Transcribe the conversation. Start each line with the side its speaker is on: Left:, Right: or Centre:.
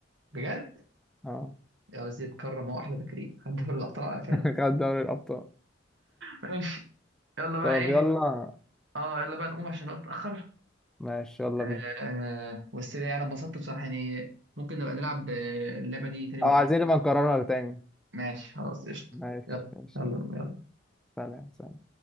Right: بجد
Centre: اه
Right: يلا سيدي اتكرم هو احلى تكريم خد دوري الابطال على
Centre: <laughs>
Right: قفانا
Centre: خد دوري الابطال
Right: ماشي يلا بقى
Centre: طب
Right: ايه
Centre: يلا
Right: اه يلا بقى نقوم عشان الوقت اتاخر
Centre: ماشي يلا
Right: آه
Centre: بينا
Right: آه، بس ده انا اتبسطت بصراحه يعني ممكن نبقى نلعب آه، اللعبه دي تاني بكره
Centre: او عايزين نبقى نكررها تاني
Right: ماشي خلاص قشطه
Centre: ماشي
Right: يلا
Centre: ماشي
Right: يلا يلا
Centre: سلام سلام